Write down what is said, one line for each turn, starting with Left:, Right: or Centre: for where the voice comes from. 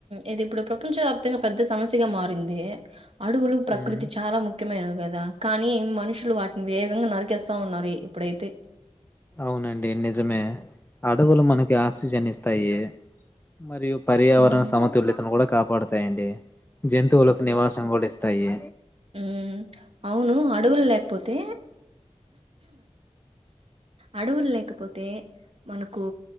Right: ఇది ఇప్పుడు ప్రపంచవ్యాప్తంగా పెద్ద సమస్యగా మారింది అ అడవులు ప్రకృతి
Left: మ్
Right: చాలా ముఖ్యమైనవి కదా కానీ మనుషులు వాటిని వేగంగా నరికేస్తా ఉన్నారు ఇప్పుడైతే
Left: అవునండి నిజమే అడవులు మనకి ఆక్సిజన్ ఇస్తాయి మరియు పర్యావరణ
Right: ఉమ్
Left: సమతుల్యతను కూడాపా స్తాయండి జంతువులకు నివాసం కూడా ఇస్తాయి
Right: ఉ అవును అడవులు లేకపోతే అడవులు లేకపోతే మనకు